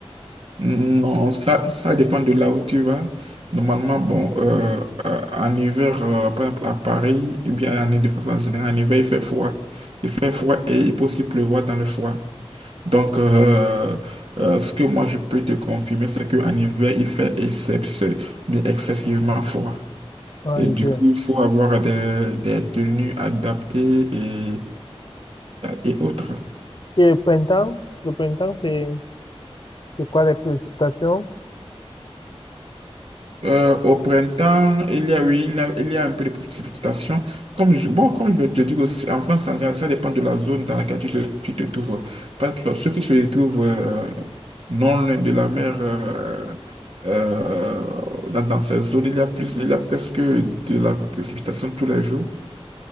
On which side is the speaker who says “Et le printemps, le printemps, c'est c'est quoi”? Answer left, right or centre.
Left